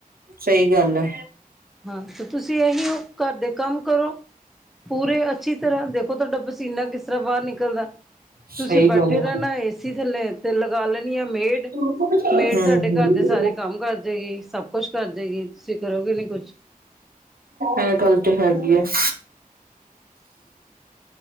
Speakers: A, on the right; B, in the centre.
A: ਸਹੀ ਗੱਲ ਆ।
B: ਹਾਂ ਤੇ ਤੁਸੀਂ ਇਹੀ ਓ ਘਰ ਦੇ ਕੰਮ ਕਰੋ ਪੂਰੇ ਅੱਛੀ ਤਰ੍ਹਾਂ ਦੇਖੋ ਤੁਹਾਡਾ ਪਸ ਪਸੀਨਾ ਕਿਸ ਤਰਾ ਬਾਹਰ ਨਿਕਲਦਾ
A: ਸਹੀ
B: ਤੁਸੀਂ ਬੈਠੇ
A: ਗੱਲ ਹੈ
B: ਰਹਿਣਾ ਏਸੀ ਥੱਲੇ ਤੇ ਲਗਾ ਲੈਣੀ ਆ ਮੇਡ
A: ਹੂੰ
B: ਮੇਡ ਤੁਹਾਡੇ
A: ਹੂੰ
B: ਘਰ ਦੇ ਸਾਰੇ ਕੰਮ ਕਰ ਜੇਗੀ ਸਭ ਕੁਛ ਕਰ ਜੇਗੀ ਤੁਸੀਂ ਕਰੋਗੇ ਨੀ ਕੁਛ
A: ਇਹ ਗੱਲ ਤੇ ਹੈਗੀ ਐ। <inaudible>